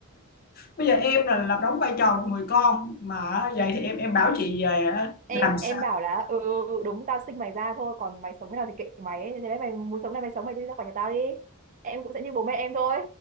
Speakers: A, on the left (about 40°); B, on the right (about 35°).
A: bây giờ em là làm đóng vai trò một người con mà vậy thì em em bảo chị về
B: em
A: làm sao
B: em bảo là ừ đúng tao sinh mày ra thôi còn mày sống thế nào thì kệ mày ấy. thế đấy mày muốn sống này mày sống mày đi ra khỏi nhà tao đi em cũng sẽ như bố mẹ em thôi